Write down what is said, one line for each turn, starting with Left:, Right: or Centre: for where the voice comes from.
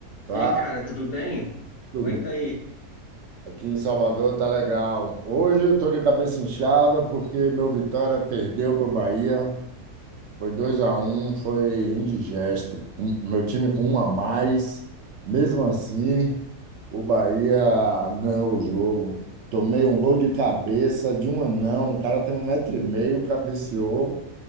Right: Fala,
Left: E aí, cara, tudo bem?
Right: tudo
Left: Como
Right: bom?
Left: é que tá aí?
Right: Aqui em Salvador tá legal. Hoje eu tô de cabeça inchada porque meu Vitória perdeu pro Bahia. Foi 2 a um, foi indigesto. Um- Meu time com um a mais. Mesmo assim, o Bahia ganhou o jogo. Tomei um gol de cabeça de um anão. O cara tem um metro e meio, cabeceou